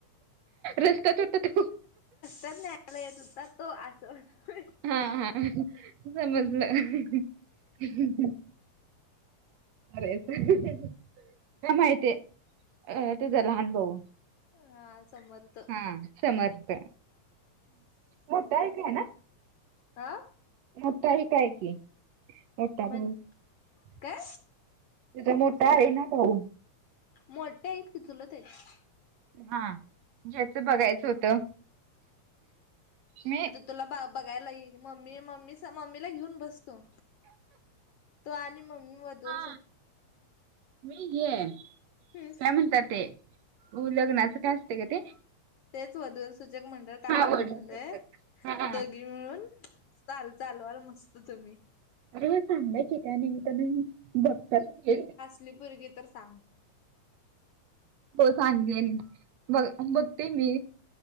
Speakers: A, on the right; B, on the left.
A: रस्तां तुंट ते
B: उत्र न्यांयालयेतं होतां तो असो
A: हा हा समजलं कायं रं हं माहिती आहे अं तुझां लहांन भाऊ
B: हां समोर
A: हां समर्थ मोठयांचय नां
B: आं
A: मोठां एक हांय की मोठां
B: म्हण
A: भाऊ तुझं
B: काय
A: मोठा. कायं आहे नां मगं
B: मोठे आहेतं की चुलंत आहेतं.
A: हां ज्याचं बघांयचं होतं मी.
B: तुलां बघांयला येईल मम्मी मम्मी मम्मीलां घेऊन बसतो तो आणि मम्मी मधूंर
A: हा मी घेयं
B: हम्म.
A: कायं म्हणतांत ते लग्नाचं कायं असते कां ते
B: तेचं वधूंर सूंचक मंडळ काढां
A: हा वडील
B: म्हणलयं
A: शिक्षक. हा
B: दगी म्हळूंन चाल चालवांल मस्तं तुम्हीं
A: अरे मं चांगलंय की त्यां निमित्तानं बघतांत
B: तुझी पोरंगी आहे तरं सांग
A: हो सांगेन बं बघते मी